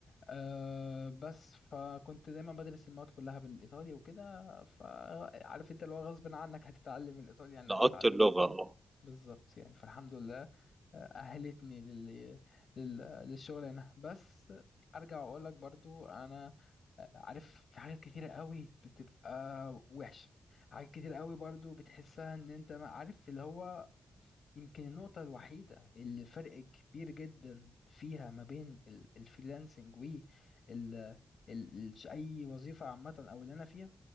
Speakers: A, on the left; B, on the right.
A: آه، بس فكنت دايما بدرس المواد كلها بالإيطالي وكده فعارف أنت اللي هو غصب عنك هتتعلم الإيطالي يعني
B: لقطت
A: هتتعلم
B: اللغة آه.
A: بالظبط يعني فالحمد لله آه، أهلتني لل... لل... للشغل هنا بس أرجع وأقول لك برضو أنا آه، عارف في حاجات كتيرة قوي بتبقى وحشة حاجات كتير قوي برضو بتحسها إن أنت ما عارف اللي هو يمكن النقطة الوحيدة اللي فرق كبير جدا فيها ما بين ال- الفريلانسنج و ال... ال... ال- أي وظيفة عامة أو اللي أنا فيها